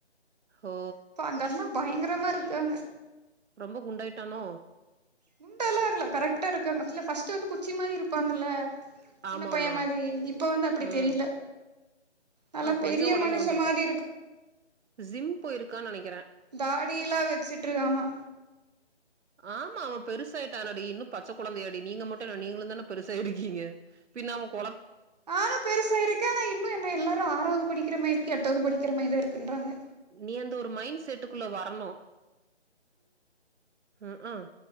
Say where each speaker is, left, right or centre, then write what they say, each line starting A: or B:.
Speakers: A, on the right; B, on the right.
A: ஓ
B: இப்ப அந்த அண்ணா பயங்கற மா இருக்காங்க
A: ரொம்ப குண்டாயிட்டானோ
B: குண்டாலா ஆகல கரெக்டா இருக்காங்க இல்ல ஃபஸ்ட்டு வந்து கு குச்சி மாரி இருப்பாங்கள்ல
A: ஆமா
B: சின்ன பைய
A: ஆமா
B: மாதிரி இப் இப்ப வந்து அப்டி
A: ம்
B: தெரியல நல்லா
A: ஆ கொஞ்சோ
B: பெரிய
A: ஒடம்பு
B: மனுஷ
A: வந்துருக்கு
B: மாரி
A: ஜிம் போயிருக்கான் நெனைக்
B: தாடியில்லா வெச்சுட்டு இருக்காமா
A: ஆமா அவ பெருசாயிட்டானடி இன்னு பச்ச கொழந்தையாடி நீங்க மட்டு என்ன நீங்களுந்தான பெருசா இருக்கீங்க பின்ன அவுங்கு
B: நானு பெருசா இருக்க ஆனா இன்னு என்ன எல்லாரு ஆ ஆறாவது படிக்கிற மாரி இருக்கியா எட்டாவது படிக்கிற மைதா இருக்குன்றாங்க
A: நீ அந்த ஒரு மைன் செட்டுக்குள்ள வரணு ம்க்ம்